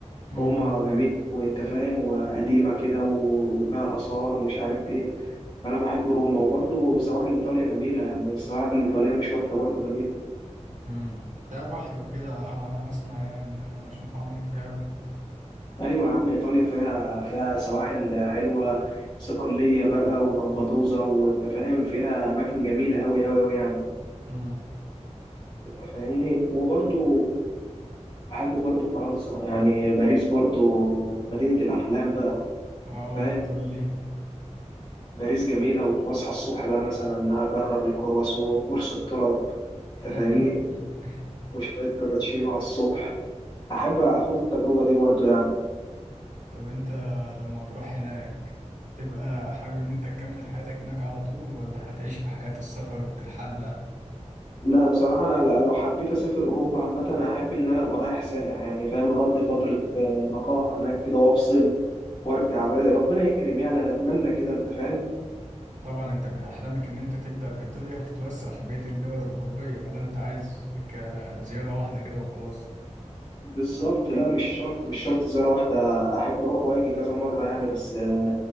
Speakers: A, on the right; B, on the left.
A: امم
B: روما جميلة وانت فاهم وقديمة كده و- وفيها آثار ومش عارف ايه فانا بحب روما وبرضو سواحل ايطاليا جميلة يعني السواحل الايطالية مش وحشة برضو جميلة
A: امم فيها بحر وكده على أنا أسمع يعني لأن أنا مش متعمق فيها أوي
B: ايوه يا عم ايطاليا فيها فيها سواحل حلوه صقليه بقى ولمبدوزا وانت فاهم فيها اماكن جميله قوي قوي قوي يعني
A: امم
B: انت فاهمني وبرضو احب برضو فرنسا يعني باريس برضو مدينه الاحلام بقى
A: اه
B: أنت فاهم
A: أنت تقول لي
B: باريس جميله واصحى الصبح بقى مثلا اجرب الكرواسون قرص الطرب
A: <laughs>
B: انت فاهمني وشويه كابتشينو على الصبح احب اخد التجربه دي برضو يعني
A: طب أنت لما تروح هناك هتبقى حابب إن أنت تكمل حياتك هناك على طول ولا هتعيش في حياة السفر والترحال بقى؟
B: لا بصراحة أنا ل- لو حبيت أسافر أوروبا عامة أنا أحب إن أنا أبقى رايح سائح يعني فاهم أقضي فترة آه، نقاهة هناك كده وأفصل وأرجع بقى ربنا يكرم يعني أنا أتمنى كده أنت فاهم
A: طبعا انت من احلامك ان انت تبدأ بإيطاليا وتتوسع في بقية الدول الأوروبية ولا انت عايز كزيارة واحدة كده وخلاص
B: بالظبط لا مش شرط مش شرط زيارة واحدة أحب أروح وأجي كذا مرة يعني بس آه،